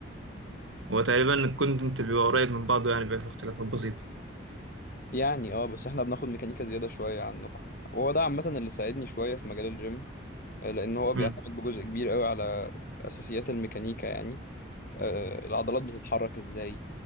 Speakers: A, on the right; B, on the left.
A: هو تقريبا الكونتنت بيبقى قريب من بعضه يعني بيبقى في اختلافات بسيطه
B: يعني اه بس احنا بناخد ميكانيكا زيادة شوية عنكم وهو ده عامة اللي ساعدني شوية في مجال الجيم آه، لأن هو بيعتمد
A: مم.
B: بجزء كبير قوي على أساسيات الميكانيكا يعني آه، العضلات بتتحرك ازاي